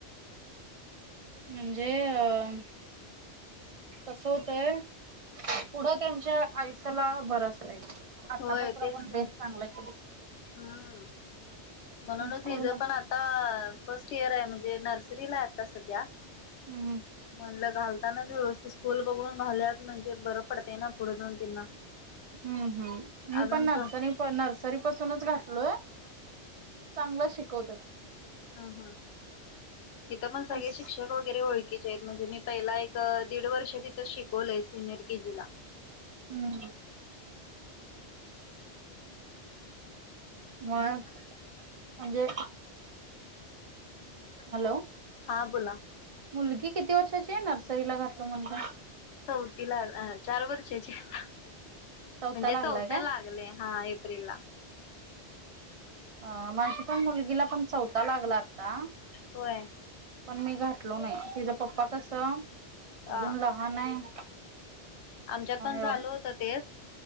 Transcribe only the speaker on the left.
होय तेच
की
हम्म म्हणूनच
हिज
पण आता र आहे म्हणजे नर्सरी ला आहे आता सध्या
म्हणलं घालतानाच व्यवस्थित स्कूल बघून घालूयात म्हणजे बरं पडतय ना पुढे जाऊन त्यांना
अजून
का
हम हम तिथं मण सगळे
शिक्षक वगैरे ओळखीचे आहेत म्हणजे मी पहिला एक दीड वर्ष तिथं शिकवलंय सिनियर के जिला
हा बोला
हो तिला चार वर्षाची आहे आता
म्हणजे
चौथं
लागलय हा एप्रिल ला
होय
अ
आमच्यात पण चालू
होत तेच